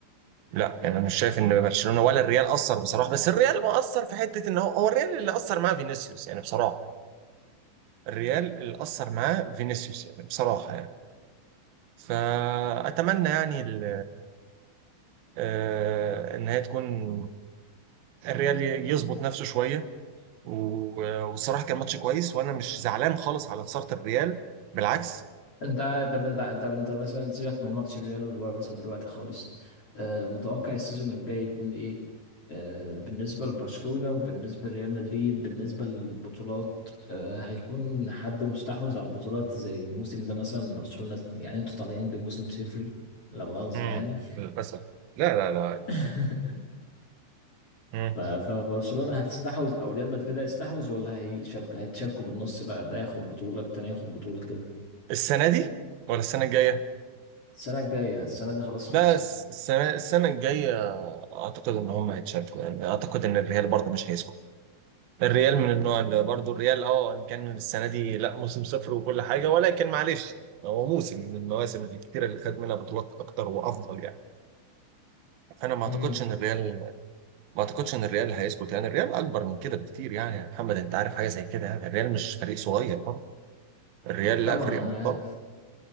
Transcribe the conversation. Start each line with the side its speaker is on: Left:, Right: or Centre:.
Right: لا يعني انا مش شايف ان برشلونه ولا الريال اثر بصراحه بس الريال ما اثر في حته ان هو هو الريال اللي اثر معاه فينيسيوس يعني بصراحه الريال اللي اثر معاه فينيسيوس يعني بصراحه يعني فاتمنى يعني ال- آه، ان هي تكون الريال يظبط نفسه شويه و- والصراحه كان ماتش كويس وانا مش زعلان خالص على خساره الريال بالعكس
Left: انت طب انت طب انت مثلا سيبك من ماتش الريال والبارسا دلوقتي خالص آه متوقع السيزون الجاي يكون ايه آه بالنسبه لبرشلونه وبالنسبه لريال مدريد بالنسبه للبطولات آه هيكون حد مستحوذ على البطولات زي الموسم ده مثلا برشلونه يعني انتوا طالعين بموسم صفري لا مؤاخذه
Right: امم
Left: يعني
Right: للاسف لا لا لا
Left: <laughs>
Right: مم.
Left: ف- فبرشلونة هتستحوذ او ريال مدريد هيستحوذ ولا هيشارك هيتشاركوا بالنص بقى ده ياخد بطولة التاني ياخد بطولة كده
Right: السنه دي ولا السنه الجايه
Left: السنة الجاية السنة دي خلاص
Right: بس
Left: خلصت
Right: السنه السنه الجايه اعتقد ان هم هيتشاركوا يعني اعتقد ان الريال برضه مش هيسكت الريال من النوع اللي برضه الريال اه إن كان السنه دي لا موسم صفر وكل حاجه ولكن معلش هو موسم من المواسم الكتيره اللي خد منها بطولات اكتر وافضل يعني انا ما اعتقدش
Left: امم
Right: ان الريال ما اعتقدش ان الريال هيسكت يعني الريال اكبر من كده بكتير يعني يا محمد انت عارف حاجه زي كده يعني الريال مش فريق صغير برضه الريال
Left: طبعا
Right: لا فريق
Left: انا
Right: محترم
Left: عارف